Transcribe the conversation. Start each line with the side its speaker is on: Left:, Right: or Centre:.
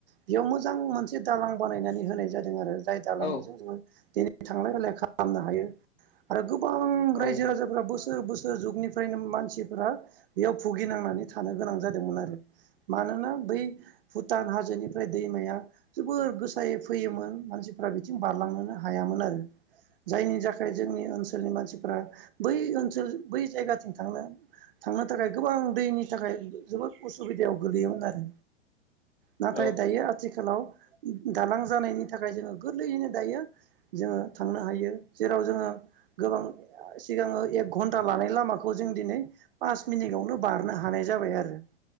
Right: बेयाव मोजां मोनसे दालां बानायनानै होनाय जादों आरो जाय
Left: औ
Right: दालांजों जोङो दिनै थांलाय फैलाय खालाम मनो हायो आरो गोबां
Left: औ
Right: रायजो राजाफ्रा बोसोर बोसोर बोसोर जुगनिफ्रायनो मानसिफोरा बेयाव भुगिनांनानै थानो गोनां जादोंमोन आरो मानोना बै भुटान हा जोनिफ्राय दैमाया जोबोर गोसायै फैयोमोन मानसिफ्रा बिथिं बारलांनोनो हा हायामोन आरो जायनि थाखाय जोंनि ओनसोलनि मानसिफोरा बै ओनसोल बै जायगाथिं थांनो थांनो थाखाय गोबां दैनि थाखाय जोबोद उसुबिदायाव गोलैयोमोन आरो
Left: औ-औ-औ-औ-औ-औ-औ-औ-औ-औ-औ
Right: नाथाय दायो आथिखाल आथिखालाव दालां जानायनि थाखाय जोङो गोरलैयैनो दायो जोङो थांनो हायो जेराव जोङो गोबां सिगाङो एक घन्टा लानाय लामाखौ जों दिनै पास मिनिटावनो बारनो हानाय जाबाय आरो